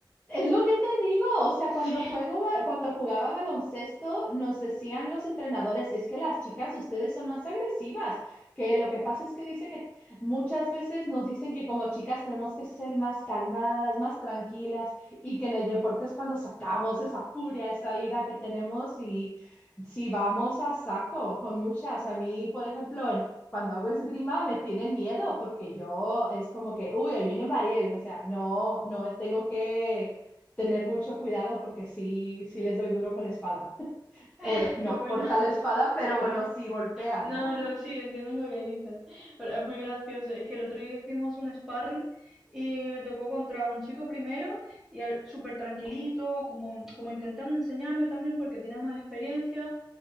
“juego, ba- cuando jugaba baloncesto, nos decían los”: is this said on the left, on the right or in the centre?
Left